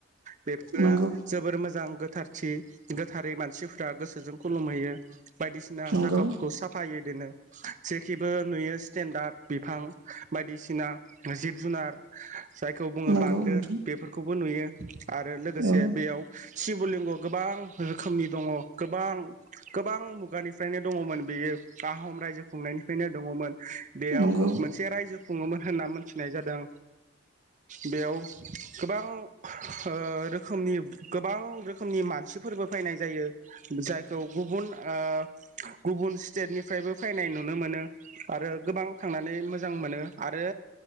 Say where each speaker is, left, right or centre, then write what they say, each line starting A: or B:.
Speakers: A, on the right; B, on the right.
A: बेफोरो
B: नंगौ
A: जोबोर मोजां गो थारथि गोथारै मानसिफ्रा गोसोजों खुलुमहैयो बायदिसिना
B: नंगौ
A: जा गावफोरखौ साफायोदिनो जेखि बो नुयो स्टेेनडार्ड बिफां बायदिसिना जिब जुनार जायखौ बुङो
B: नंगौ
A: बान्दोर
B: नोंथां
A: बेफोरखौबो नुयो। <inaudible> आरो लोगोसे
B: औ
A: बेयाव शिब लिंग गोबां रोखोमनि दङ गोबां गोबां मुगानि फ्रायनो दङमोन बेयो आहम रायजो फ खुंनायनिफ्रायनो दङमोन बेयाव
B: नंगौ
A: मोनसे रायजो खुङोमोन होनना मोन थिनाय जादों बेयाव गोबां ओ रोखोमनि गोबां। रोखोमनि मानसिफोरबो फानाय जायो जाय खौ गुबुन ओ गुबुन स्टेटनिफ्रायबो फानाय नुनो मोनो आरो गोबां थांनानै मोजां मोनो आरो